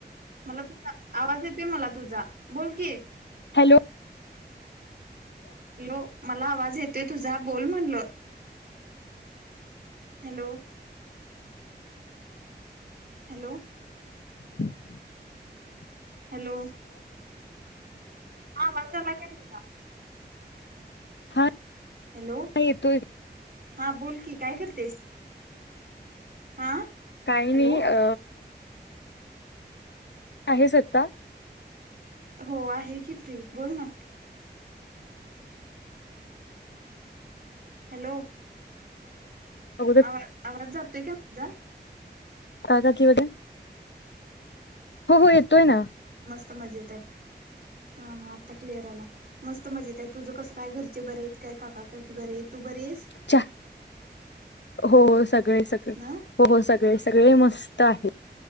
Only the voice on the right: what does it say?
मला तुझ आवाज येतय मला तुझा बोल की.
हॅलो मला आवाज येतोय तुझा बोल म्हणल, हॅलो. हॅलो.
हॅलो. हा आवाज यायलाय तुला.
हॅलो
हा बोलकी काय करतेस? हा
हॅलो
हो आहे की फ्री बोल ना. हॅलो.
<unintelligible> आज जाततोय का माझा.
मस् मजे हाईत, हा हा आता क्लिअर आला मस्त मजेत आहेत तुझं कसं काय घरचे बरे आहेत काय काका बरे आहेत तू बरे आहेस.
ना?